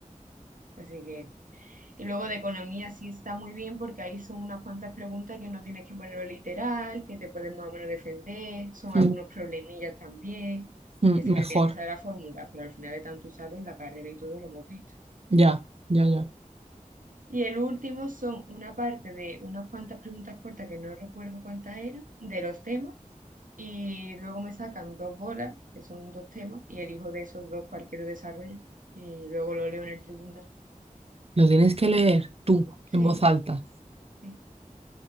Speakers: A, on the right; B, on the right.
A: Así que, y luego de economía sí está muy bien porque ahí son unas cuantas preguntas que no tienes que ponerlo literal, que te pueden más o menos defender, son
B: Mm,
A: algunos problemillas también,
B: mm,
A: que sí
B: mejor.
A: que te tienes que saber la fórmula, pero al final de tanto usarlo en la carrera y todo lo hemos visto.
B: Ya, ya, ya.
A: Y el último son una parte de unas cuantas preguntas cortas que no recuerdo cuántas eran, de los temas, y luego me sacan dos bolas, que son dos temas, y elijo de esos dos cualquier desarrollo, y luego lo leo en el tribunal.
B: Lo tienes que leer tú,
A: Sí,
B: en voz alta.
A: sí.